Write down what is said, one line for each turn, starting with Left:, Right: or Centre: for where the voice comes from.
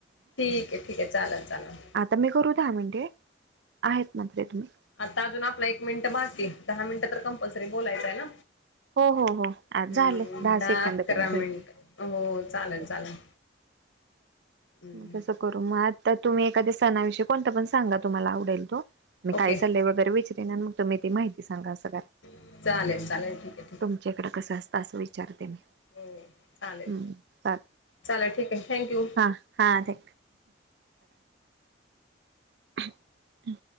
Left: ठीक आहे ठीक आहे चालेल चालेल
Right: आता मी करू दहा मिनटे आहेत मात्र तुम्ही
Left: आता अजून आपला एक मिनिट बाकी दहा मिनिटं तर कंपल्सरी बोलायचंय ना
Right: हो हो हो आ झालं
Left: हम्म दहा
Right: सेकंद
Left: अकरा
Right: कमी
Left: मिनिट हो चालेल चालेल हम्म
Right: तसा करु <unintelligible> तर तुम्ही एखादया सणाविषयी कोणता पण सांगा तुम्हाला आवडेल तो मी
Left: ओके
Right: काही चाललंय वगैरे विचरेन मग तुम्ही ती माहिती सांगा संरा <unintelligible>
Left: चालेल चालेल ठीक आहे ठीक
Right: तुमच्याकड कस असतं असं विचारते मी
Left: हो चालेल
Right: हम्म चाल
Left: चालल ठीक आहे थँक्यू
Right: हा हा ते हम